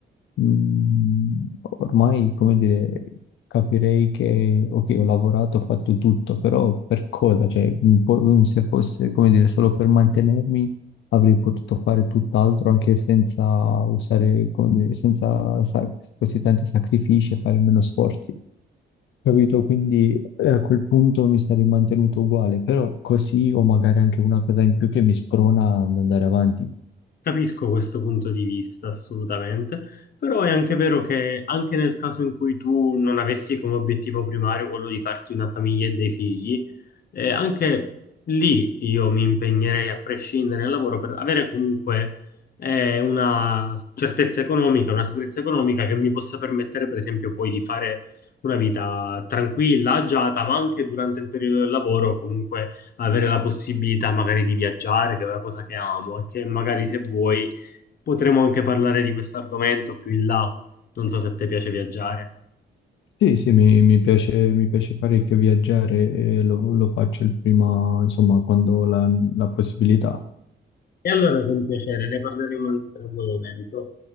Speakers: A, on the left; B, on the left.
A: mh, ormai, come dire, capirei che, ok, ho lavorato, ho fatto tutto, però per cosa? Cioè, un po', se fosse, come dire, solo per mantenermi, avrei potuto fare tutt'altro anche senza usare, come dire, senza sa- questi tanti sacrifici e fare meno sforzi. Capito? Quindi eh, a quel punto mi sarei mantenuto uguale, però così ho magari anche una cosa in più che mi sprona ad andare avanti.
B: Capisco questo punto di vista, assolutamente, però è anche vero che anche nel caso in cui tu non avessi come obiettivo primario quello di farti una famiglia e dei figli, E anche lì io mi impegnerei a prescindere dal lavoro per avere comunque eh, una certezza economica, una sicurezza economica che mi possa permettere, per esempio, poi di fare una vita tranquilla, agiata, ma anche durante il periodo del lavoro, comunque avere la possibilità magari di viaggiare, che è una cosa che amo, e che magari se vuoi potremo anche parlare di questo argomento più in là. Non so se a te piace viaggiare.
A: Sì, sì, mi, mi piace, mi piace parecchio viaggiare e lo, lo faccio il prima, insomma, quando ho la, la possibilità.
B: E allora con piacere ne parleremo in un altro momento.